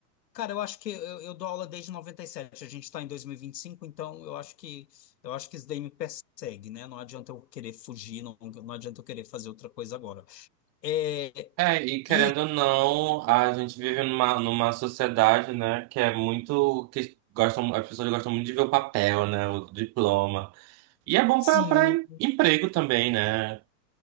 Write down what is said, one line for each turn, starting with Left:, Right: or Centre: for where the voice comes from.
Left: Cara, eu acho que eu, eu dou aula desde noventa e sete a gente está em dois mil e e vinte e cinco então eu acho que eu acho que isso daí me persegue, né? Não adianta eu querer fugir, não, não adianta eu querer fazer outra coisa agora. É,
Right: É, e querendo
Left: e
Right: ou não, a gente vive numa, numa sociedade, né, que é muito. Que gostam, as pessoas gostam muito de ver o papel, né, o diploma. E é bom
Left: sim,
Right: para emprego também, né?